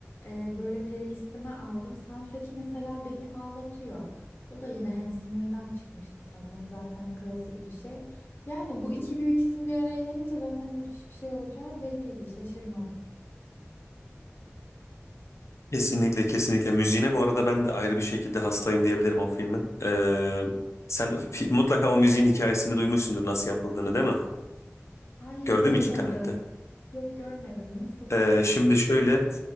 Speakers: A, on the left; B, on the left.
A: Ee, böyle playlistime aldım soundtrack'i mesela beni ağlatıyor. O da yine Hans Zimmer'dan çıkmıştı sanırım zaten klasik bir şey. Yani bu iki büyük isim bir araya gelince zaten müthiş bir şey olacağı belliydi şaşırmadım.
B: Kesinlikle kesinlikle. Müziğine bu arada ben de ayrı bir şekilde hastayım diyebilirim o filmin. Ee, sen fi- mutlaka o müziğin hikayesini duymuşsundur nasıl yapıldığını değil mi?
A: Hayır
B: Gördün
A: duymadım
B: mü hiç internette?
A: yok görmedim nasılmış?
B: Ee, şimdi şöyle